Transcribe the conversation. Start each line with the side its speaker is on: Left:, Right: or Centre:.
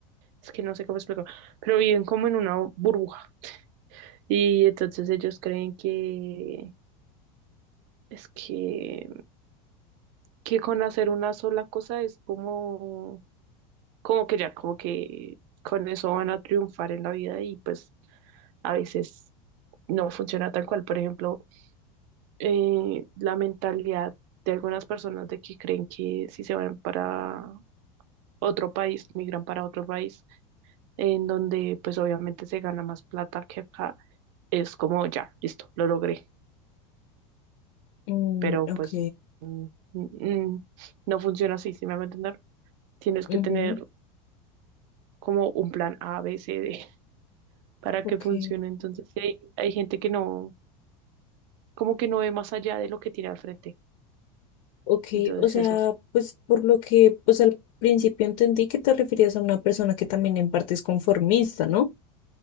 Right: es que no sé cómo explicarlo, pero viven como en una burbuja. Y entonces ellos creen que es que, que con hacer una sola cosa es como, como que ya, como que con eso van a triunfar en la vida y pues a veces no funciona tal cual. Por ejemplo, eh, la mentalidad de algunas personas de que creen que si se van para otro país, migran para otro país, en donde pues obviamente se gana más plata que acá, es como ya, listo, lo logré.
Left: Mm,
Right: pero
Left: ok,
Right: pues mm, no funciona así, si me hago entender? Tienes
Left: ujú,
Right: que tener como un plan A, B, C, D <laughs> para
Left: ok,
Right: que funcione. Entonces, sí hay, hay gente que no, como que no ve más allá de lo que tiene al frente.
Left: ok,
Right: Entonces,
Left: o sea,
Right: eso sí.
Left: pues por lo que, pues al principio entendí que te referías a una persona que también en parte es conformista, ¿no?